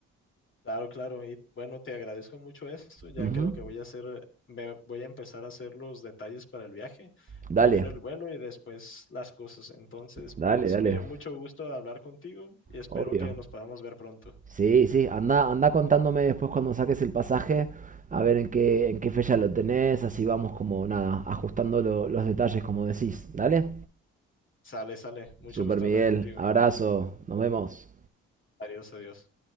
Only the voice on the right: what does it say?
Ujú.
Dale,
dale,
dale,
obvio.
Sí, sí, anda, anda contándome después cuando saques el pasaje, a ver en qué, en qué fecha lo tenés, así vamos como nada, ajustando lo- los detalles como decís, ¿dale?
Super
Miguel,
abrazo, nos vemos.